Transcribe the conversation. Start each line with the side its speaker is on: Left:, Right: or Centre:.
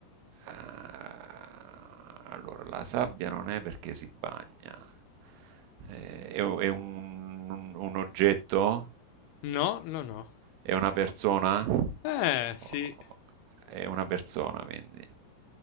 Right: Ah, Allora, la sabbia non è perché si bagna, Eh, è, u- è un, un- un oggetto?
Left: no, no, no.
Right: È una persona?
Left: Eh,
Right: O-
Left: sì.
Right: È una persona, quindi.